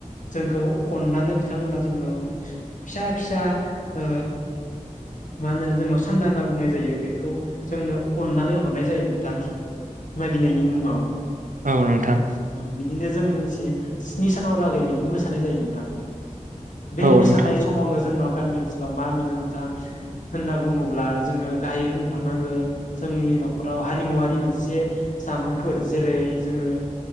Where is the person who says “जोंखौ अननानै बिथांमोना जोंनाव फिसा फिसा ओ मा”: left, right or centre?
Left